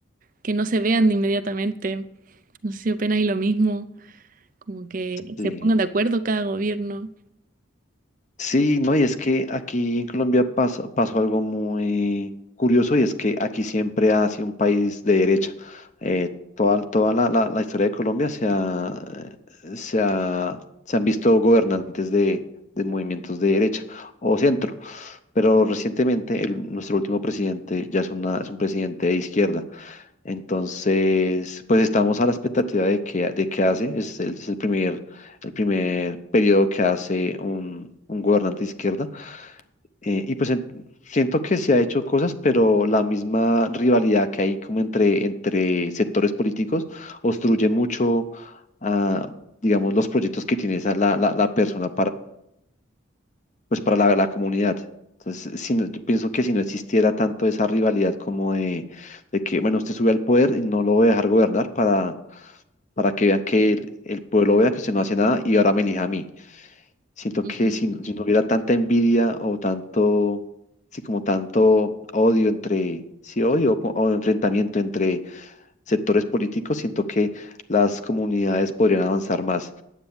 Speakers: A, on the right; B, on the left.
A: que no se vean inmediatamente. No sé si opinas y lo mismo, como que
B: Sí.
A: se pongan de acuerdo cada gobierno.
B: Sí, no, y es que aquí en Colombia pasó, pasó algo muy curioso y es que aquí siempre ha sido un país de derecha. Eh, toda toda la, la- la historia de Colombia se ha, se ha- se han visto gobernantes de, de movimientos de derecha o centro, pero recientemente el- nuestro último presidente ya es, una, es un presidente de izquierda. Entonces, pues estamos a la expectativa de qué, de qué hace. Es, el- es el primer, el primer periodo que hace un, un gobernante de izquierda. Eh, y pues en- siento que se ha hecho cosas, pero la misma rivalidad que hay como entre, entre sectores políticos obstruye mucho, ah, digamos, los proyectos que tiene esa, la, la, la persona pues para la, la comunidad. Entonces, si no- yo pienso que si no existiera tanto esa rivalidad como de, de que, bueno, usted sube al poder y no lo voy a dejar gobernar para, para que vean que el, el pueblo vea que usted no hace nada y ahora me elija a mí. Siento
A: Ujú.
B: que si, no si no hubiera tanta envidia o tanto, sí, como tanto odio entre, sí, odio o, o enfrentamiento entre sectores políticos, siento que las comunidades podrían avanzar más.